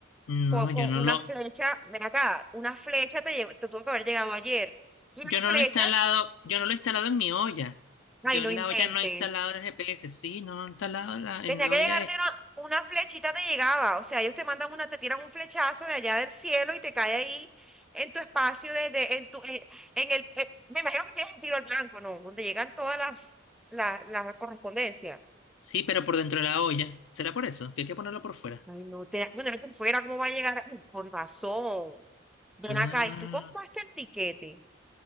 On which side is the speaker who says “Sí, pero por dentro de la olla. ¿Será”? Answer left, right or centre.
Left